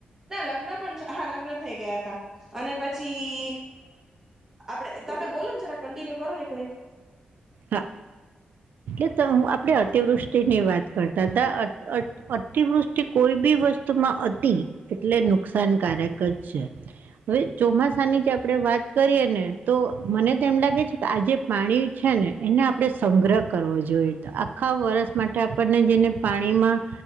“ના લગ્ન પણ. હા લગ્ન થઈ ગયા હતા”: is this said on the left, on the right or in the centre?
Right